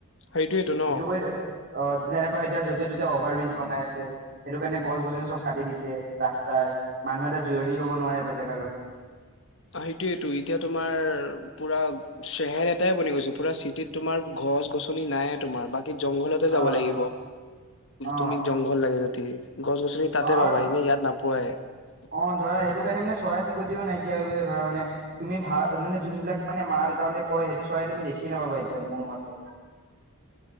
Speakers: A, on the left; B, on the right.
A: সেইটোয়েতো ন
B: সেটো কৰি অ যেনে এতিয়া য'তে ত'তে অভাৰ ব্ৰিজ বনাই আছে সেইটো কাৰণে গছ গছনি চব কাটি দিছে ৰাস্তাৰ মানুহে এটা জিৰণি ল'ব নোৱাৰে এটা জেগাৰো
A: সেইটোয়েইটো এতিয়া তোমাৰ পুৰা চেহেৰ এটাই বনি গৈছো পুৰা চিটিত তোমাৰ গছ গছনি নাইে তোমাৰ বাক জংঘলতে যাব
B: অ
A: লাগিব
B: অ
A: তুমি জংঘল লাগে যদি ৷ গছ গছনি তাতে
B: অ আৰু
A: পাবা এনেই ইয়াত নাপোৱায় ৷
B: অ ধৰা সেইটো কাৰণে মানে চৰাই চিৰিকতিও নাইকিয়া হৈ গৈছে ধৰা মানে তুমি ভাল মানে যোনবিলাক- মা দেতাহতে কয় সেইটো চৰাই তুমি দেখিয়ে নাপাবা এতিয়া মোৰ মতে।